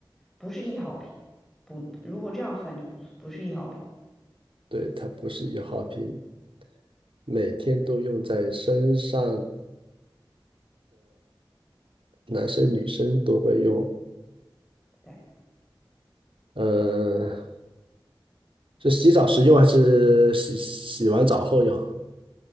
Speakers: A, in the centre; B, on the right.
A: 不是易耗品，不，如果这样算就不不是易耗品，
B: 对，它不是易耗品，每天都用在身上，男生女生都会用。
A: 对，
B: 呃，是洗澡时用还是洗洗完澡后用？